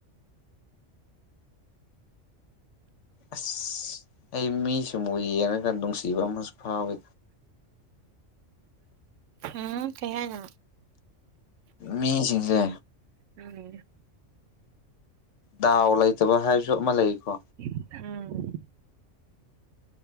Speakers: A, on the left; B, on the right.
A: ꯑꯁ ꯑꯩ ꯃꯤꯁꯨ ꯑꯃꯨꯛ ꯌꯦꯡꯉꯒ ꯅꯨꯡꯁꯤꯕ ꯑꯃꯁꯨ ꯐꯥꯎꯋꯤ
B: ꯎꯝ ꯀꯩꯍꯥꯏꯅꯣ
A: ꯃꯤꯖꯤꯡꯖꯦ
B: ꯎꯝ
A: ꯗꯥꯎ ꯂꯩꯇꯕ ꯍꯥꯏꯕꯁꯨ ꯑꯃ ꯂꯩꯀꯣ
B: ꯎꯝ